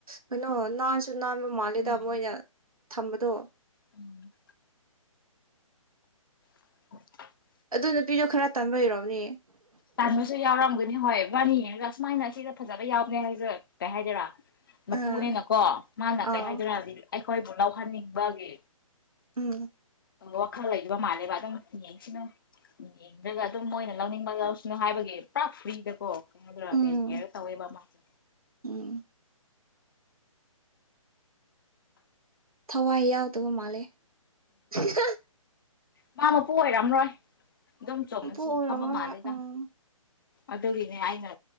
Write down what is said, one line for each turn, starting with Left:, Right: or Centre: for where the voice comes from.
Right: ꯀꯩꯅꯣ ꯅꯍꯥꯟꯁꯨ <unintelligible> ꯃꯂꯩꯗ
Left: ꯎꯝ
Right: ꯃꯣꯏꯅ ꯊꯝꯕꯗꯣ
Left: ꯎꯝ <inaudible>
Right: ꯑꯗꯨ ꯅꯨꯄꯤꯗꯣ ꯈꯔ ꯇꯥꯟꯕꯥꯟꯕꯩꯔꯣꯝꯅꯦ
Left: ꯇꯟꯕꯁꯨ ꯌꯥꯎꯔꯝꯒꯅꯤ ꯍꯣꯏ ꯋꯥꯔꯤꯅꯤ ꯍꯥꯏꯒ ꯑꯁꯨꯃꯥꯏꯅ ꯁꯤꯗ ꯐꯖꯕ ꯌꯥꯎꯒꯦ ꯍꯥꯏꯕꯁꯨꯦ ꯀꯩ ꯍꯥꯏꯗꯣꯏꯔꯥ ꯃꯄꯨꯅꯤꯅꯀꯣ
Right: ꯑꯥ
Left: ꯃꯥꯅ
Right: ꯑꯥ
Left: ꯀꯩ ꯍꯥꯏꯗꯣꯏꯔ ꯑꯩꯈꯣꯏꯕꯨ ꯂꯧꯍꯟꯅꯤꯡꯕꯒꯤ
Right: ꯎꯝ
Left: ꯋꯥꯈꯜ ꯂꯩꯕ ꯃꯥꯜꯂꯦꯕ ꯑꯗꯨꯝ ꯌꯦꯡꯁꯤꯅꯨ ꯌꯦꯡꯗ꯭ꯔꯒ ꯑꯗꯨꯝ ꯃꯣꯏꯅ ꯂꯧꯅꯤꯡꯕ ꯂꯧ ꯀꯣ ꯍꯥꯏꯕꯒꯤ ꯄꯨꯔꯥ ꯐ꯭ꯔꯤꯗꯀꯣ ꯀꯩ ꯍꯥꯏꯗꯔꯛꯑꯒꯦ
Right: ꯎꯝ
Left: ꯀꯦꯌꯔ ꯇꯧꯋꯦꯕ ꯃꯥꯁꯦ
Right: ꯎꯝ ꯊꯋꯥꯏ ꯌꯥꯎꯗꯕ ꯃꯥꯜꯂꯦ ꯍꯤ ꯍꯦ
Left: ꯃꯥ ꯃꯄꯨ ꯑꯣꯏꯔꯝꯂꯣꯏ ꯑꯗꯨꯝ ꯆꯣꯡꯅ
Right: ꯃꯄꯨ
Left: ꯁꯨꯝ
Right: ꯑꯣꯏꯔꯝꯃꯣꯏ
Left: ꯐꯝꯕ ꯃꯥꯜꯂꯦꯗ
Right: ꯍꯣꯏ ꯎꯝ
Left: ꯑꯗꯨꯒꯤꯅꯦ ꯑꯩꯅ